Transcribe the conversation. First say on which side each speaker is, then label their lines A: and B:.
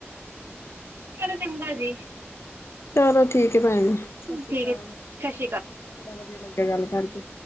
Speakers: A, on the right; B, on the left.
A: ਚਲੋ ਚੰਗਾ ਜੀ
B: ਚਲੋ ਠੀਕ ਹੈ ਭੈਣੀ ਸਤ ਸ੍ਰੀ
A: ਠੀਕ
B: ਅਕਾਲ
A: ਹੈ ਸਤਿ ਸ਼੍ਰੀ ਅਕਾਲ
B: ਬੜਾ ਵਧੀਆ ਲੱਗਿਆ ਗੱਲ ਕਰਕੇ